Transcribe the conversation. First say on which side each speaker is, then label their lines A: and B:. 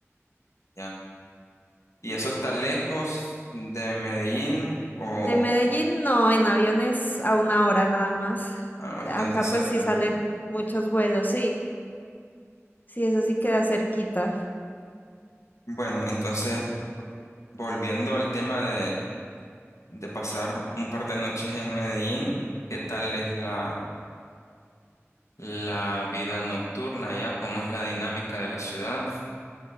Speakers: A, on the left (about 80°); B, on the left (about 35°).
A: ¿ya? Y eso está lejos de Medellín o
B: De Medellín, no, en aviones a una hora nada más.
A: ah, bastante
B: Acá
A: cerca.
B: pues sí salen muchos vuelos, sí, sí, eso sí queda cerquita.
A: Bueno, entonces, volviendo al tema de, de pasar un par de noches en Medellín, ¿qué tal es la, la vida nocturna allá? ¿Cómo es la dinámica de la ciudad?